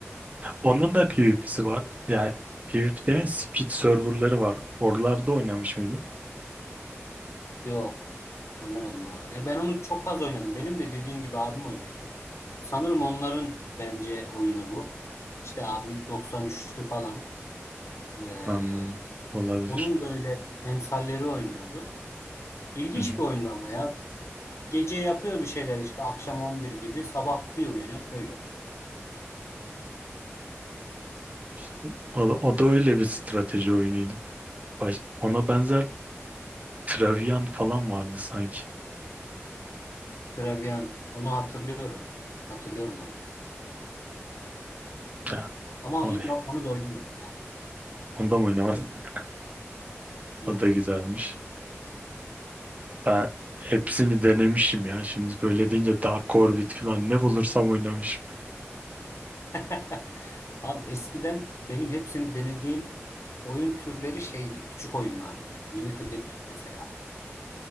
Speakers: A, on the right; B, on the left.
A: Onun da PvP'si var. Yani PvP demeyen speed serverları var. Oralarda oynamış mıydın?
B: Yok. Oynamadım oralar. Ya ben onu çok az oynadım. Benim de dediğin gibi abim oynuyordu. Sanırım onların bence oyunu bu. İşte abim 93'lü falan. Ee,
A: Anladım. Olabilir.
B: onun böyle emsalleri oynuyordu. İlginç
A: Hı hı.
B: bir oyundu ama ya. Gece yapıyor bir şeyler işte akşam 11 gibi sabah bir uyanıyor köy
A: İşte o, da- o da öyle bir strateji oyunuydu. Baş- ona benzer Travian falan vardı sanki.
B: Trevian. Onu hatırlıyorum. Hatırlıyorum onu.
A: Ya,
B: Ama
A: o,
B: onu onu da oynamadım ya.
A: onda mı oynamadım? <laughs>
B: Yok.
A: O da güzelmiş. Ben hepsini denemişim ya. Şimdi böyle deyince Dark Orbit falan ne bulursam oynamışım.
B: <laughs> Abi eskiden benim hepsini denediğim oyun türleri şeydi. Küçük oyunlardı. Mini klip mesela.